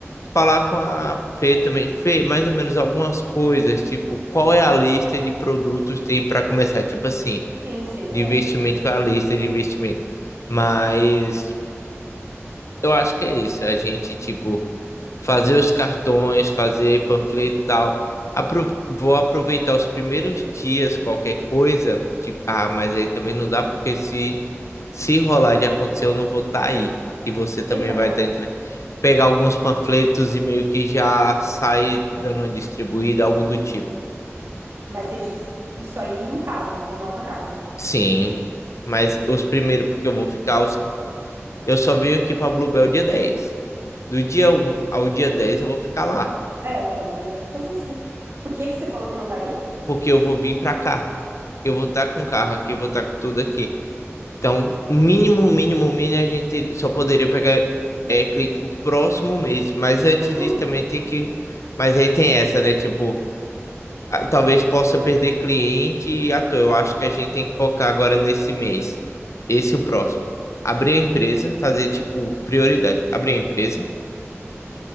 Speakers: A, on the left; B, on the right.
A: falar com a Fê também. Fê, mais ou menos algumas coisas, tipo, qual é a
B: Aham.
A: lista de produtos tem para começar? Tipo assim,
B: Sim, sim,
A: de
B: é.
A: investimento, qual é a lista de investimento? Mas eu acho que é isso. A gente, tipo, fazer os cartões, fazer panfleto e tal. Aprove- Vou aproveitar os primeiros dias, qualquer coisa. Tipo, ah, mas aí também não dá, porque se, se rolar de acontecer, eu não vou estar aí. E você também
B: Ele tá
A: vai
B: falando.
A: estar entre. Pegar alguns panfletos e meio que já sair dando uma distribuída, algo do tipo.
B: Mas você diz isso aí em casa, na nova casa.
A: Sim, mas os primeiros, porque eu vou ficar. Os... Eu só venho aqui pra Bluebell dia 10. Do dia um ao dia 10 eu vou ficar lá.
B: É, então, daria pra fazer, sim. Por que que você falou que não daria?
A: porque eu vou vir pra cá. Eu vou estar com o carro aqui, vou estar com tudo aqui. Então, mínimo, mínimo, mínimo, a gente só poderia pegar é, cliente pro próximo mês. Mas antes
B: Sim.
A: disso também tem que. Mas aí tem essa, né? Tipo, ah, talvez possa perder cliente e à toa. Eu acho que a gente tem que focar agora nesse mês. Esse e o próximo. Abrir a empresa, fazer, tipo, prioridade. Abrir a empresa,